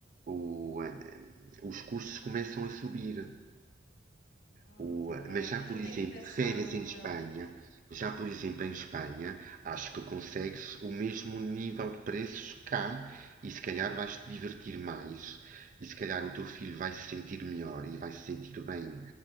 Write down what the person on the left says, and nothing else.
Hum,
tá bem.
Então
tenho
que pensar
noutra.